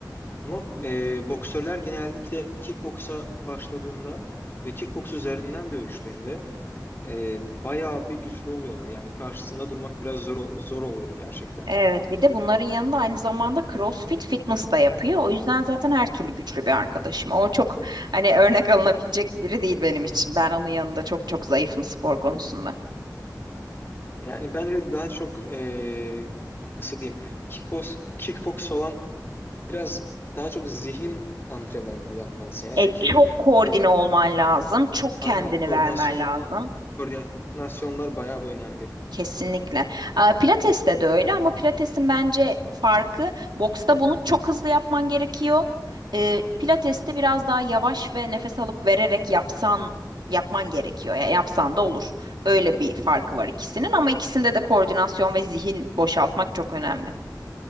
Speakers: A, on the left; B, on the right.
A: Ama e, boksörler genellikle kickboksa başladığında ve kickboks üzerinden dövüştüğünde e, bayağı bir güçlü oluyorlar. Yani karşısında durmak biraz zor zor oluyor gerçekten.
B: Evet bir de bunların yanında aynı zamanda CrossFit fitness da yapıyor. O yüzden zaten her türlü güçlü bir arkadaşım. O çok hani örnek alınabilecek biri değil benim için. Ben onun yanında çok çok zayıfım spor konusunda.
A: Yani bence daha çok e, nasıl diyeyim kickbox kickbox falan biraz daha çok zihin antrenmanını yapmalısın ya. Çünkü
B: E, çok koordine
A: e,
B: olman lazım. Çok
A: aynen
B: kendini
A: koordinasyonla
B: vermen lazım.
A: koordinasyonlar bayağı bir önemli.
B: Kesinlikle. Aa, Pilates'te de öyle ama Pilates'in bence farkı boksta bunu çok hızlı yapman gerekiyor. Ee, Pilates'te biraz daha yavaş ve nefes alıp vererek yapsan yapman gerekiyor. Ya yapsan da olur. Öyle bir farkı var ikisinin ama ikisinde de koordinasyon ve zihin boşaltmak çok önemli.